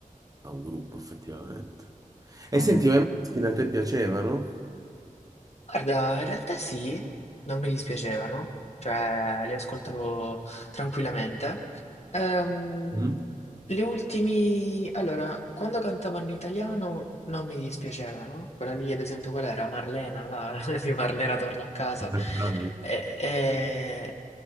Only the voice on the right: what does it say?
a un gruppo, effettivamente. E
senti, ma i Måneskin a te piacevano?
Mm?
Perché-